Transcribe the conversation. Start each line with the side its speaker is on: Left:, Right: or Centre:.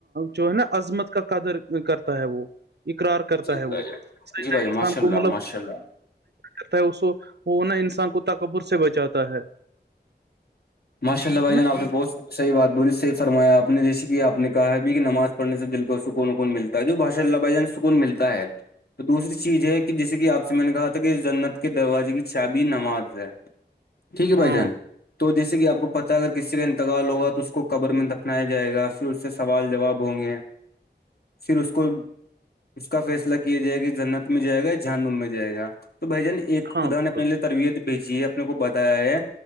Right: جو ہے نا عظمت کا قدر کرتا ہے وہ اقرار کرتا
Left: جی
Right: ہے
Left: بھائی
Right: وہ
Left: جان
Right: سجیدہ
Left: جی بھائی جان
Right: انسان
Left: ماشاء اللہ
Right: کو مطلب
Left: ماشاء اللہ
Right: کر ہے اس وہ نا انسان کو تکبر سے بچاتا ہے
Left: ماشا اللہ بھائی
Right: نا
Left: جان آپ بست صحی بات بولی صحی فرمایا آپ جیسے کہ آپ کہا بھی کہ نماز پڑھ سے دل کو سکون سکون ملتا تجو باشا لبا جان سکون ملتا ہے تو دوسری چیز ہے کہ جسے کہ آپ سے میں نے کہا تھا کہ جنت کے دروازے کی چابی نماز ہے ٹھیک ہے
Right: ہاں
Left: بھائی جان تو جیسے کہ آپ کو پتا ہے اگر کسی کا انتقال ہوگا تو اس کو قبر میں دفنایا جائے گا پھر اس سے سوال جواب ہوں گے پھر اس کو اس کا فیصلہ کیا جائے گ کہ جنت میں جائے گایا جان میں جائے گا تو بھائی جان ایک
Right: ہاں
Left: خدا
Right: بالکل
Left: نے اپنے لیے تربیت بھیجی ہے اپنے کو بتایا ہے